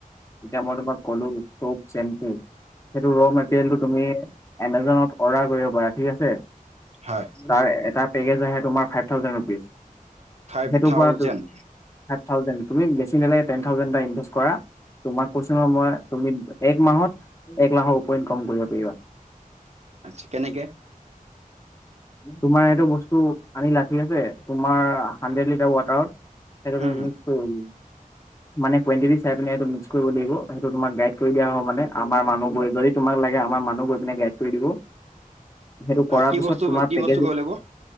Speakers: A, on the left (about 20°); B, on the right (about 50°).
A: এতিয়া মই তোমাক ক'লো চ'প, চেম্পু সেইটো ৰ' মেটেৰিয়েলটো তুমি এমাজনত অৰ্ডাৰ কৰিব পাৰা ঠিক আছে।
B: হয়
A: তাৰ এটা পেকেজ আহে তোমাৰ ফাইভ থাউজেণ্ড ৰুপিজ।
B: ফাইভ
A: সেইটো
B: থাউজেণ্ড
A: পৰাটো ফাইভ থাউজেণ্ড তুমি বেছি নালাগে টেন থাউজেণ্ড এটা ইনভেষ্ট কৰা, তোমাক কৈছো ন' মই তুমি এক মাহত এক লাখৰ ওপৰত ইনকম কৰিব পাৰিবা।
B: আচ্ছা কেনেকে
A: তোমাৰ এইটো বস্তু আনিলা ঠিক আছে, তোমাৰ হান্দ্ৰেদ লিটাৰ ৱাটাৰত এ ম
B: হুম হুম
A: মুন <unintelligible>
B: <inaudible>
A: মানে কোৱান্তীতী চাই পিনে সেইটো মিক্স কৰিব লাগিব সেইটো তোমাক গাইড কৰি দিয় হব মানে আমাৰ মানুহ গৈ যদি তোমাক লাগে মানুহ গৈ পিনে গাইড কৰি দিব।
B: <inaudible>
A: সেইটো কৰাৰ
B: কি
A: পিছত
B: বস্তু
A: তোমাৰ
B: কি
A: পেকেজ
B: বস্তু ক'ব লাগিব।